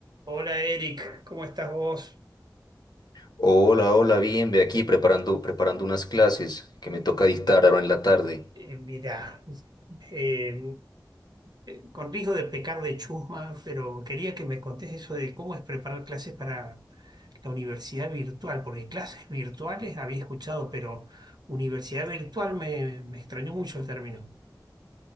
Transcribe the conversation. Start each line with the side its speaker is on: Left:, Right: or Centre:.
Right: Hola Eric, ¿cómo estás vos?
Left: Hola, hola, bien, ve aquí preparando, preparando unas clases que me toca dictar ahora en la tarde.
Right: Eh, mirá, eh, eh, con riesgo de pecar de chusma, pero quería que me contés eso de cómo es preparar clases para la universidad virtual, porque clases virtuales había escuchado, pero universidad virtual me, me extrañó mucho el término.